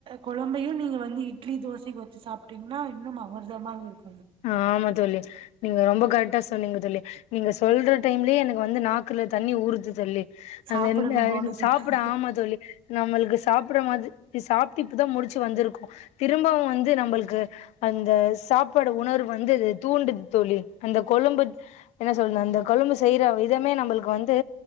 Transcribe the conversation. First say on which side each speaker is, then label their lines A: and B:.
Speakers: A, on the right; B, on the left.
A: கொழம்பையு நீங்க வந்து இட்லி தோசைக்கு வச்சு சாப்ட்டீங்கன்னா இன்னும் அமிர்தமாக இருக்கும்
B: ஆ ஆமா தோழி நீங்க ரொம்ப கரெக்டா சொன்னிங்க தோழி நீங்க சொல்ற டைம்லயே எனக்கு வந்து நாக்குல தண்ணி ஊறுது தோழி
A: சாப்பிடணு
B: அந்த இந்த
A: போல தோணுது
B: சாப்பிட ஆமா தோழி நம்மளுக்கு சாப்பிடும் போது இ சாப்ட்டு இப்பதா முடிச்சு வந்துருக்கோ திரும்பவு வந்து நம்புளுக்கு அந்த சாப் பட உணர்வு வந்து தூண்டுது தோழி அந்த கொழும்பு என்ன சொல் அந்த கொழும்பு செய்ற விதமே நம்மளுக்கு வந்து